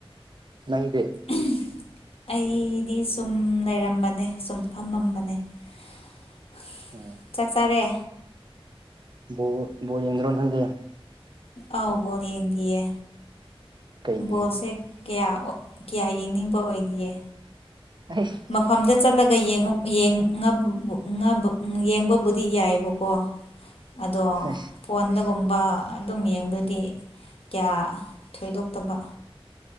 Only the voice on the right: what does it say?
<inaudible>
ꯎꯝ
ꯕꯣ ꯕꯣꯜ ꯌꯦꯡꯗ꯭ꯔꯣ ꯅꯪꯗꯤ
ꯀꯩꯒꯤ
<unintelligible>
ꯑꯁ